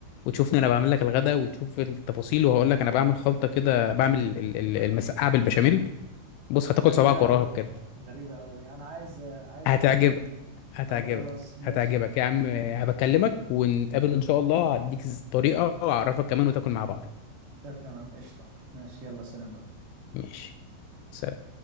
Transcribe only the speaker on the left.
وتشوفني أنا بعمل لك الغدا وتشوف التفاصيل وهقول لك أنا بعمل خلطة كده بعمل ال- ال- المسقعة بالبشاميل بص
هتاكل صباعك وراها
بجد
هتعجبك
هتعجبك
هتعجبك يا عم هبكلمك ونتقابل إن شاء الله هديك الطريقة وأعرفك كمان وتاكل مع بعض
ماشي سلام